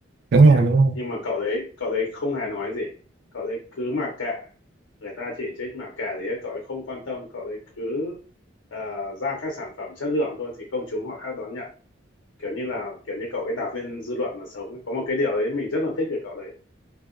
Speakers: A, on the right; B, on the left.
A: đúng rồi
B: nhá
A: đúng rồi
B: nhưng mà cậu đấy cậu đấy không hề nói gì cậu đấy cứ mặc kệ người ta chỉ trích mặc kệ thì cậu ấy không quan tâm cậu đấy cứ ờ, ra các sản phẩm chất lượng thôi thì công chúng họ khác đón nhận kiểu như là kiểu như cậu ấy đạp lên dư luận mà sống ấy. có một cái điều đấy mình rất là thích về cậu đấy